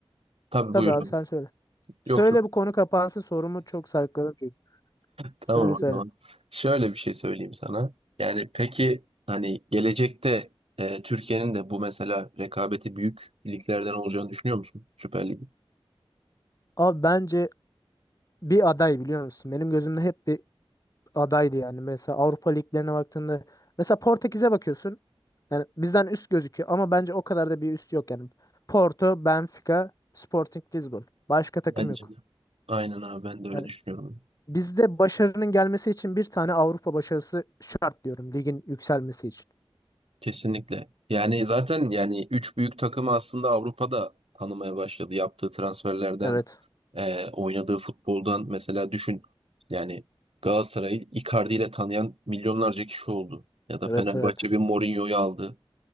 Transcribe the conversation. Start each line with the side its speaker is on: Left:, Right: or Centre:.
Right: tabii
Left: tabii
Right: buyurun
Left: abi sen söyle. Söyle
Right: Yok yok
Left: bu konu kapansın sorumu çok sarkladım çünkü.
Right: tamam
Left: Söyle söyle.
Right: o zaman. Şöyle bir şey söyleyeyim sana. Yani peki hani gelecekte e, Türkiye'nin de bu mesela rekabeti büyük liglerden olacağını düşünüyor musun? Süper Lig.
Left: Abi bence bir aday biliyor musun? Benim gözümde hep bir adaydı yani. Mesela Avrupa liglerine baktığında mesela Portekiz'e bakıyorsun. Yani bizden üst gözüküyor ama bence o kadar da bir üst yok yani. Porto, Benfica, Sporting Lisbon. Başka takım
Right: Bence
Left: yok.
Right: de. Aynen abi ben de öyle
Left: Yani
Right: düşünüyorum.
Left: bizde başarının gelmesi için bir tane Avrupa başarısı şart diyorum ligin yükselmesi için.
Right: Kesinlikle. Yani zaten yani üç büyük takımı aslında Avrupa'da tanımaya başladı. Yaptığı transferlerden,
Left: Evet.
Right: e, oynadığı futboldan mesela düşün. Yani Galatasaray'ı Icardi ile tanıyan milyonlarca kişi oldu. Ya da
Left: Evet
Right: Fenerbahçe
Left: evet.
Right: bir Mourinho'yu aldı.